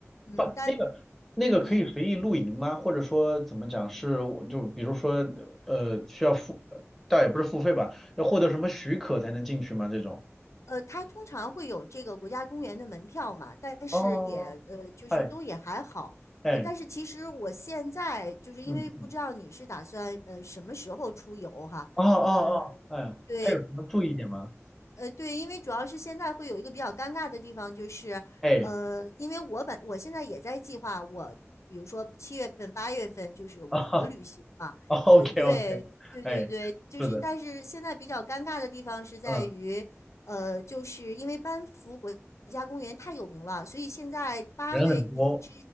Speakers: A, on the left (about 70°); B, in the centre.
A: 嗯，
B: 不，
A: 但
B: 那个那个可以随意露营吗？
A: 嗯
B: 或者说怎么讲是就比如说呃需要付，呃倒也不是付费吧，要获得什么许可才能进去吗？这种？
A: 呃，它通常会有这个国家公园的门票嘛，但是也呃就是都也还好，
B: 哦，哎哎，
A: 呃，但是其实我现在就是因为不知道你是打算呃什么时候出游哈，
B: 嗯，哦哦
A: 嗯。
B: 哦，哎，
A: 对，
B: 他有什么注意点吗？
A: 呃，对，因为主要是现在会有一个比较尴尬的地方，就是，
B: 哎，
A: 呃，因为我本我现在也在计划我，比如说七月份、八月份就是我的旅行嘛，
B: 啊，OK
A: 呃，对，
B: OK，<laughs>
A: 对对对，
B: 哎，
A: 就是，
B: 是的，
A: 但是现在比较尴尬的地方是在于，
B: 嗯，
A: 呃，就是因为班夫国家公园太有名了，所以现在八月底之
B: 人很多，